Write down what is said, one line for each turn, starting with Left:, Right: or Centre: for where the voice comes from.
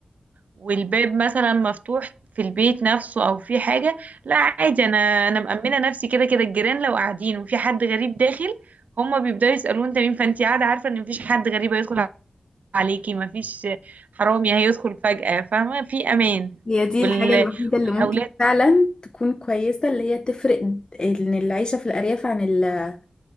Right: والباب مثلا مفتوح في البيت نفسه أو في حاجة لا عادي أنا أنا مأمنة نفسي كده كده الجيران لو قاعدين وفي حد غريب داخل هما بيبداوا يسألوه انت مين فانت قاعدة عارفة ان مفيش حد غريب هيدخل عليكي مفيش حرامي هيدخل فجأة فاهمة في امان
Left: هي دي
Right: وال...
Left: الحاجه الوحيده اللي
Right: والاولاد
Left: ممكن فعلا تكون كويسه اللي هي تفرق ان العيشه في الارياف عن ال-